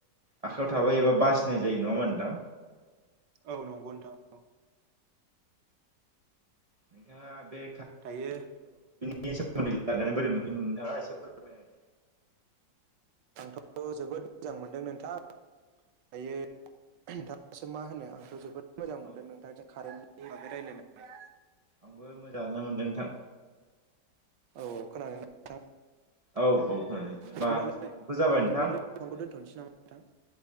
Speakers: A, on the right (about 60°); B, on the right (about 75°).
A: आखायाव थाबाय एबा बासिनाय जायो। नङा होमबा नोंथां?
B: औ नंगौ नोंथां औ
A: नोंथाङा बे
B: दायो
A: बे सोमोन्दै लानानै बोरै मोनगोन नोंथाङा एसे फोरमायनो
B: औ जोबोद मोजां मोनदों नोंथां। दायो दासो मा होनो आंथ‌‌ जोबोद मोजां मोनदों
A: औ
B: नोंथां जे कारेन्टनि बागै रायलायनानै
A: आंबो मोजाङानो मोनदों नोंथां
B: औ खोनादों ना नोंथां?
A: औ औ खोनादो दे होमबा
B: बिदिब्लालाय
A: समावबो जाबाय
B: बिदिब्लालाय
A: नोंथां दे
B: फनखौ दोनथ'नोसै नामा नोंथां